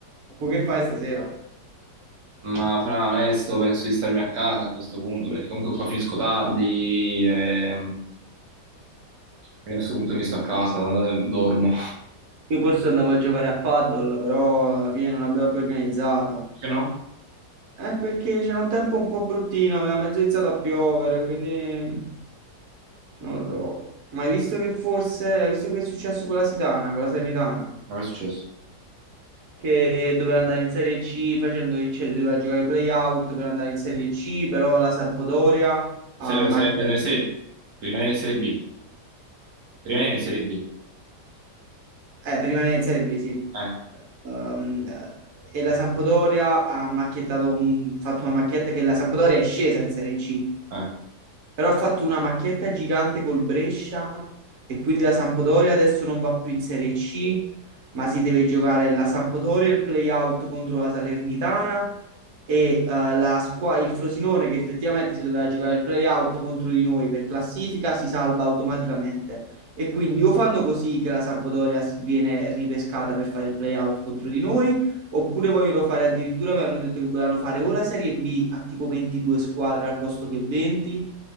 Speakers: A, on the right; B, on the right.
A: Boh, che fai stasera?
B: Ma fra onesto, penso di starmi a casa a questo punto, perché comunque qua finisco tardi e quindi a questo punto mi sto a casa, eh, dormo.
A: Io forse andavo a giocare a paddle, però alla fine non l'abbiamo più organizzato.
B: Che no?
A: Eh, perché c'era un tempo un po' bruttino, aveva mezzo iniziato a piovere, quindi non lo so. Ma hai visto che forse, hai visto che è successo con la Sitana, con la Salernitana,
B: Ma che è successo?
A: che doveva andare in Serie C facendo, cioè si doveva giocare i play-out per andare in Serie C, però la Sampdoria ha
B: Se,
A: ammaccato.
B: se, andare in serie, rimanere in Serie B, rimanere in Serie B,
A: Eh, per rimanere in Serie B, sì.
B: eh,
A: Ehm, e la Sampdoria ha macchiettato un- fatto una macchietta che la Sampdoria è scesa in Serie C,
B: eh.
A: però ha fatto una macchietta gigante col Brescia e quindi la Sampdoria adesso non va più in Serie C, ma si deve giocare la Sampdoria, il play-out contro la Salernitana e eh, la squa- il Frosinone che effettivamente si doveva giocare il play-out contro di noi per classifica si salva automaticamente. E quindi o fanno così che la Sampdoria s- viene ripescata per fare il play-out contro di noi, oppure vogliono fare addirittura, avevano detto che volevano fare o la Serie B a tipo 22 squadre al posto che 20,